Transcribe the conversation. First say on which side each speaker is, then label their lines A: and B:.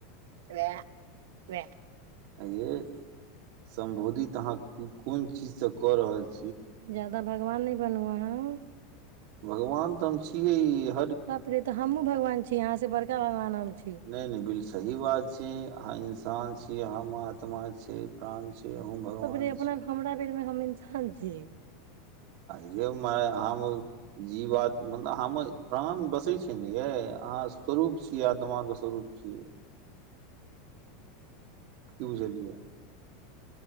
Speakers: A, on the right; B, on the right.
A: वए
B: ये समबोधित अहाँ कोन चीज से कऽ रहल छी
A: जादा भगवान नहि बनुआ हैं
B: भगवान तऽ हम छी हे
A: ते त हमहूँ भगवान छी यहााँ से बड़का भगवान हम छी
B: नहि नहि बिल सही बात छै ह इस प्राण छीय हम आात्मा छै प्राण छी अहूँ भगवान
A: तब अपना हमरा बेरमे हम ऐना हाँ जी
B: आ यौ माय हम जीवात मतलब हम प्राण बसै छिय ने यै अहाँ स्वरूप छियै आत्माके स्वरूप छियै की बुझलियै